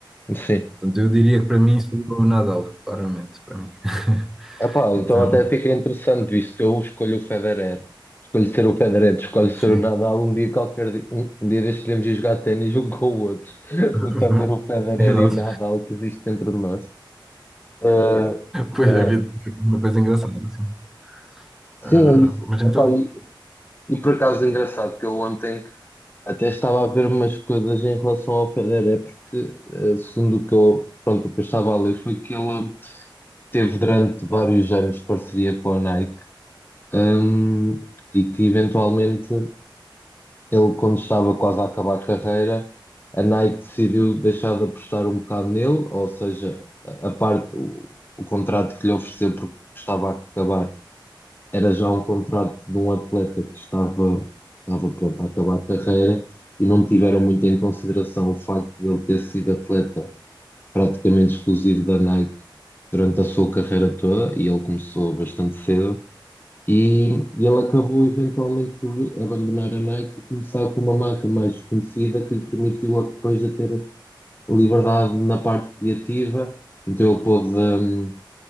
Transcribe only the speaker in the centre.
Portanto, eu diria que para mim seria o Nadal, claramente, para mim. <laughs>
Então,
sim.
<laughs>
Exato.
Pois
é, é uma coisa engraçada, assim.
Ah,
mas então,